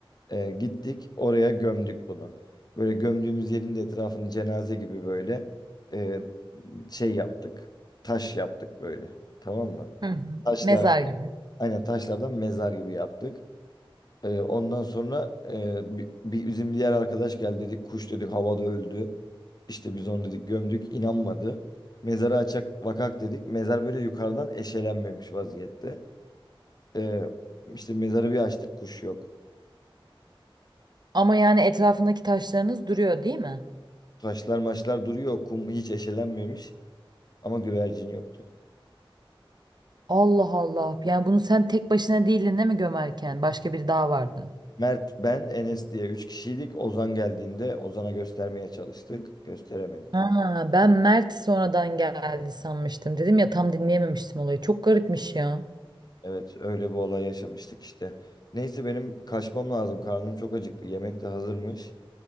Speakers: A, on the left (about 45°); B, on the right (about 50°).
A: Ee, gittik oraya gömdük bunu. Böyle gömdüğümüz yerin de etrafını cenaze gibi böyle e, şey yaptık. Taş yaptık böyle. Tamam mı?
B: Hı hı.
A: Taşlar,
B: mezar gibi.
A: aynen taşlardan mezar gibi yaptık. Ee, ondan sonra e, bi- bi- bizim bir diğer arkadaş geldi dedik kuş dedik havada öldü. İşte biz onu dedik gömdük inanmadı. Mezarı açak vakak dedik. Mezar böyle yukarıdan eşelenmemiş vaziyette. Ee, işte mezarı bir açtık kuş yok.
B: Ama yani etrafındaki taşlarınız duruyor değil mi?
A: Taşlar maçlar duruyor kum hiç eşelenmemiş ama güvercin yoktu.
B: Allah Allah. Yani bunu sen tek başına değildin değil mi gömerken? Başka biri daha vardı.
A: Mert, ben, Enes diye üç kişiydik. Ozan geldiğinde Ozan'a göstermeye çalıştık. Gösteremedik.
B: Ha, ben Mert sonradan geldi sanmıştım. Dedim ya tam dinleyememiştim olayı. Çok garipmiş ya.
A: Evet, öyle bir olay yaşamıştık işte. Neyse benim kaçmam lazım. Karnım çok acıktı. Yemek de hazırmış.